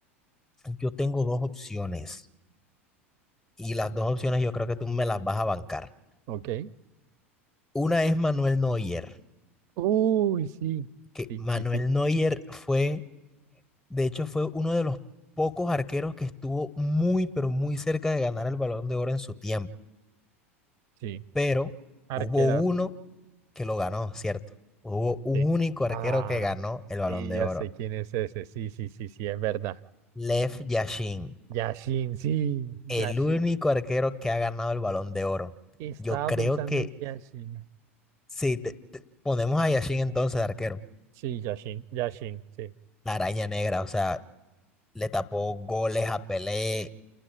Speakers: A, in the centre; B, on the right.
A: yo tengo dos opciones y las dos opciones yo creo que tú me las vas a bancar.
B: Ok.
A: Una es Manuel Neuer,
B: Uy, sí,
A: que
B: sí,
A: Manuel
B: sí, sí,
A: Neuer fue, de hecho, fue uno de los pocos arqueros que estuvo muy, pero muy cerca de ganar el Balón de Oro en su tiempo,
B: sí,
A: pero
B: arquerazo,
A: hubo uno que lo ganó, ¿cierto? Hubo un
B: sí.
A: único arquero
B: Ah,
A: que ganó el Balón
B: sí,
A: de
B: ya
A: Oro.
B: sé quién es ese, sí, sí, sí, sí, es verdad.
A: Lev Yashin,
B: Yashin, sí,
A: el
B: Yashin.
A: único arquero que ha ganado el Balón de Oro.
B: Estaba
A: Yo creo
B: pensando
A: que
B: en Yashin.
A: si te- te- ponemos a Yashin entonces de arquero,
B: Sí, Yashin, Yashin, sí.
A: la araña negra, o sea, le tapó goles a Pelé.